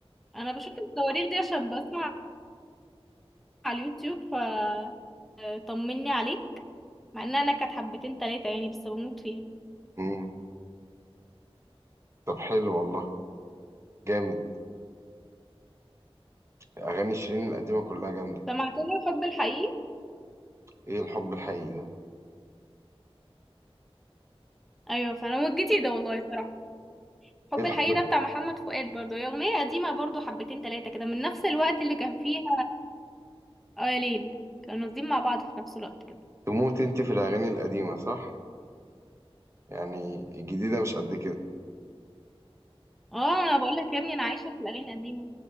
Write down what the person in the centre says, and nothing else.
انا بشوف الصواريخ دي عشان بسمع على اليوتيوب ف آه، طمني عليك مع ان انا كانت حبتين تلاتة يعني بس بموت فيها
سمعت له حب الحقيقي
ايوه فانا هو الجديد ده والله الصراحه حب
الحقيقي
ده بتاع محمد فؤاد برضو هي اغنيه قديمه برضو حبتين تلاتة كده من نفس الوقت اللي كان فيها اه يا ليل كانوا قاصدين مع بعض في نفس الوقت كده
اه انا بقول لك يا ابني انا عايشه في الاغاني القديمه